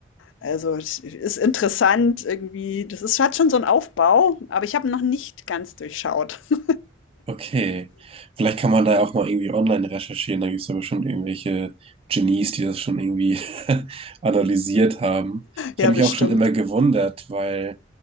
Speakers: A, on the left (about 85°); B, on the right (about 30°).
A: Also es ist interessant irgendwie, das ist, hat schon so einen Aufbau, aber ich habe noch nicht ganz durchschaut. <laughs>
B: Okay. Vielleicht kann man da ja auch mal irgendwie online recherchieren. Da gibt es ja bestimmt irgendwelche Genies, die das schon irgendwie <laughs> analysiert haben. Ich
A: Ja,
B: habe
A: bestimmt.
B: mich auch schon immer gewundert, weil.